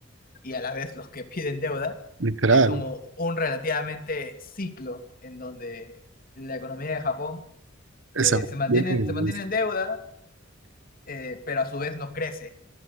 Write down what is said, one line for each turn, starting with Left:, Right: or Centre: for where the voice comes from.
Left: y a la vez los que piden deuda,
Right: Literal.
Left: es como un relativamente ciclo en donde la economía de Japón
Right: Se
Left: eh, se mantiene,
Right: mantiene. el-
Left: se mantiene en deuda, eh, pero a su vez no crece